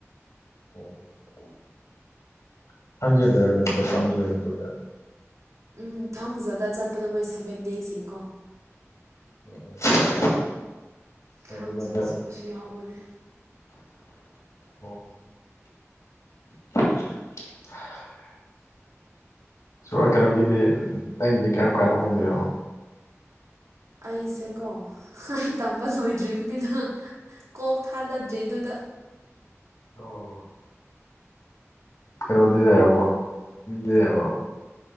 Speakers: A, on the left; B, on the right.
A: ꯑꯣ ꯊꯥꯡꯖꯗꯔꯥ ꯀꯩꯅꯣ ꯆꯞꯄ ꯑꯃꯁꯨ ꯂꯩ ꯑꯗꯨꯝ ꯇꯧꯗꯔꯥ
B: ꯎꯝ ꯊꯪꯖꯗ ꯆꯠꯄꯗꯣ ꯃꯣꯏ ꯁꯚꯦꯟ ꯗꯦꯖ ꯌꯦꯡꯀꯣ
A: <inaudible>
B: ꯊꯥꯡꯖꯗ
A: ꯑꯣ ꯑꯗꯨꯃꯥꯏꯅ
B: ꯆꯠꯄꯁꯨ ꯌꯥꯎꯕꯅꯦ
A: ꯑꯣ <inaudible> ꯁꯣꯛꯂꯛꯀꯗꯕꯒꯤꯗꯤ ꯅꯪꯒꯤꯗꯤ ꯀꯔꯝ ꯀꯥꯟꯗ ꯍꯣꯡꯗꯦꯅꯣ
B: ꯑꯩꯁꯦꯀꯣ ꯑꯩ ꯇꯝꯕ ꯁꯣꯏꯗ꯭ꯔꯤꯕꯅꯤꯅ ꯀꯣꯛ ꯊꯥꯜꯂꯗ꯭ꯔꯤꯗꯨꯗ
A: ꯑꯣ ꯀꯩꯅꯣꯗꯤꯗ ꯌꯥꯕꯣꯗꯤꯗ ꯌꯥꯕꯣ